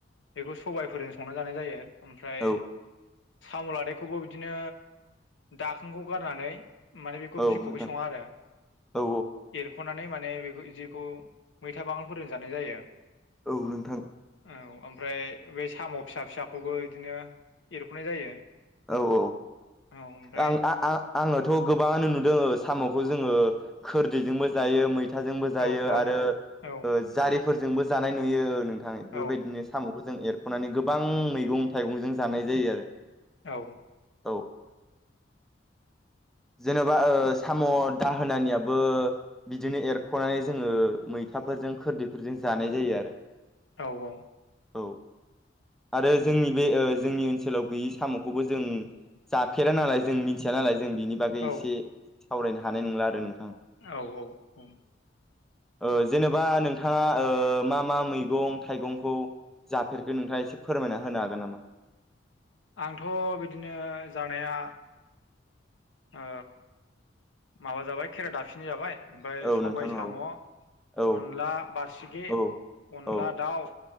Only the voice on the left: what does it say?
बेखौ सबाइफोरजों संना जानाय जायो। ओमफ्राय
साम' लादायखौबो बिदिनो दाखोनखौ गारनानै माने बेखौ
बिखौ
सङा आरो
एरख' नानै माने बे जेखौ मैथा बांगालफोरजों जानाय जायो।
औ ओमफ्राय बे साम' फिसा फिसाखौबो बिदिनो एरख'नाय जायो।
औ ओमफ्राय
औ
औ
औ
औ
औ।
औ
औ <inaudible>
औ
औ औ औ।
आंथ' बिदिनो जानाया ओ माबा जाबाय खेरा दाफिनि जाबाय। ओमफ्राय
सबाय
साम'
अनला बारसिखि
अनला
दाउ,